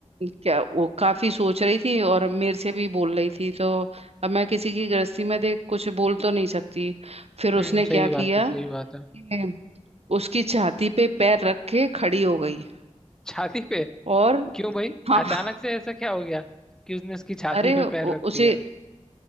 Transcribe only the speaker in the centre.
हम्म
सही बात
है सही बात है
हम्म, छाती पे
क्यों भाई
अचानक से ऐसा क्या हो गया कि उसने उसकी छाती
पे
पैर रख
दिया